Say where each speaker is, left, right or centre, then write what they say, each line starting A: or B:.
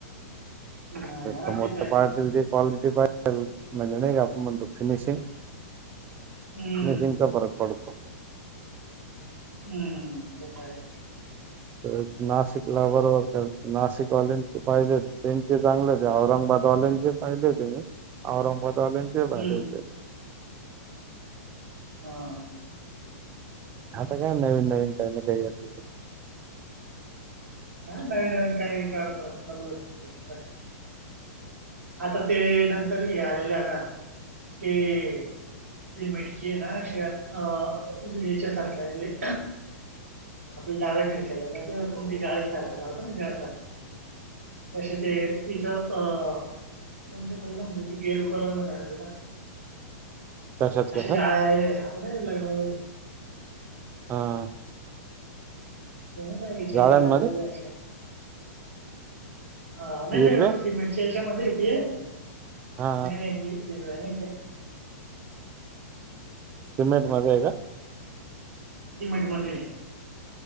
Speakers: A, on the right; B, on the right.
A: नाही हा
B: समोर
A: तिथं
B: तर
A: आहे
B: पाहतील घे कॉल घे रिफाईल म्हणजे नाही का आपण म्हणतो फिनिशिंग.
A: हम्म
B: मिसिंगचा फरक पडतो
A: हम्म येताहेत.
B: तर नाशिकला बरोबर नाशिक वालेंचे पाहिजे त्यांचे चांगले ते चांगलं औरंगाबाद वालेंचे जे पाहिले ते औरंगबाद वालेंचे पाहीले
A: हम्म
B: होते.
A: हां
B: आता काय नवीन नवीन टर्न काही असेल ते.
A: हां नवीन नवीन काहीतर <unintelligible> आता ते नं तर हे आलेले आहे ना ते मिरची हे ना अशे अ याच्या सारखे आलेले आपल्या डाव्या खिडक्याला लावतो न आपण ते जाळीसारखा लावतो ना जाळीसारखा तसे ते. तिच्यावर अ कोणत्या कलर मध्ये ते <unintelligible> कलर मध्ये आलेलं ना?
B: कशात
A: असे
B: कशात
A: जाळ आलेले हा. <unintelligible>
B: हां
A: तेनी काय विचार
B: जाळ्यांमध्ये
A: <unintelligible> अशा हां नाही
B: हिरव्या
A: नाही ओ सिमेंट च्या हेच्यामध्ये. <unintelligible>
B: हा
A: नाही नाही जी शिजवाना इथे
B: सिमेंट मध्ये आहे का
A: सिमेंटमध्ये